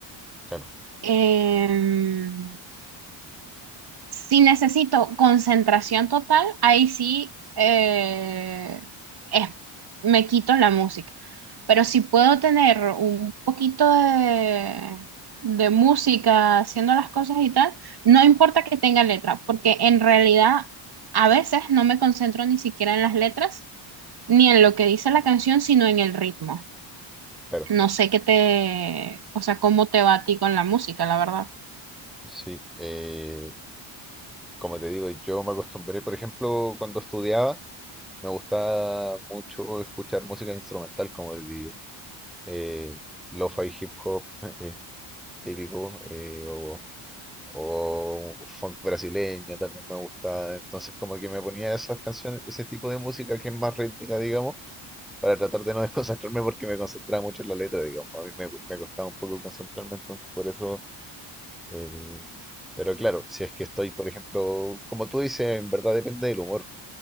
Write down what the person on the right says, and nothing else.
Em, si necesito concentración total, ahí sí eh, es- me quito la música. Pero si puedo tener un poquito de, de música haciendo las cosas y tal, no importa que tenga letra, porque en realidad a veces no me concentro ni siquiera en las letras ni en lo que dice la canción, sino en el ritmo.
No sé qué te, o sea, cómo te va a ti con la música, la verdad.